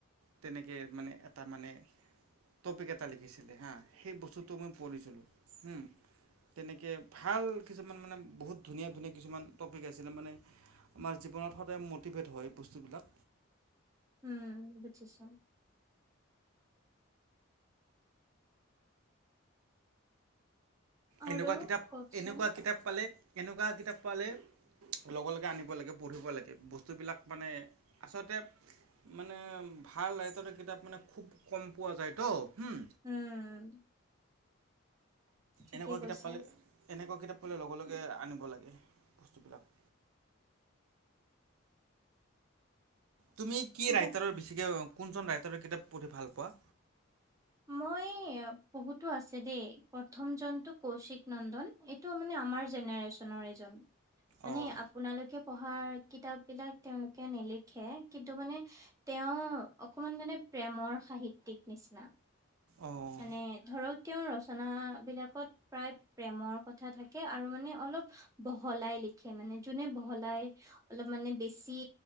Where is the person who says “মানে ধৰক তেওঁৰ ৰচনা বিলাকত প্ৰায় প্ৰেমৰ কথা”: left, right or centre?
Right